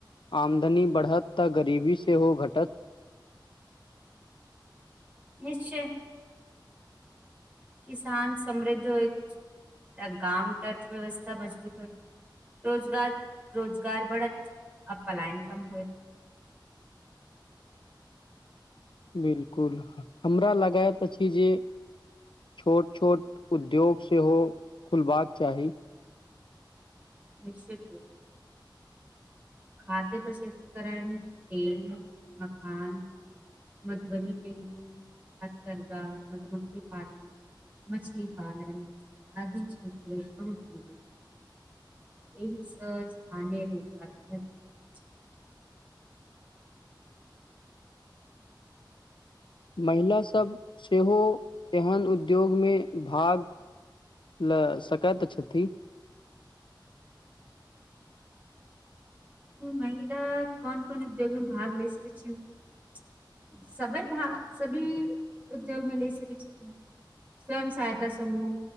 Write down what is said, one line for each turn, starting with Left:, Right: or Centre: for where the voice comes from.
Left: आमदनी बढ़त त गरीबी सेहो घटत। <unintelligible>
Right: निश्चय। किसान समृद्ध होयत त गामके अर्थव्यवस्था मजबूत होइत रोजगार, रोजगार बढ़त आ पलायन कम होएत।
Left: <unintelligible> बिलकुल, हमरा लगैत अछि जे छोट छोट उद्योग सेहो खुलबाक चाही।
Right: निश्चिते। खाद्य प्रसंस्करण, तेल मखान। मधुबनी पेटिंग, हथकरघा, मधुमक्खी पालन। मछली पालन आदि क्षेत्र मे बहुत संभावना छै। एहि से स्थानीय रोजगार बढत।
Left: महिला सभ सेहो एहन उद्योगमे भाग ल सकैत छथि।
Right: महिला कोन कोन उद्योग मे भाग ल सकैत छथि। सबै, भाग, सभी उद्योगमे भाग ले सकै छथिन। स्वयं सहायता समूह।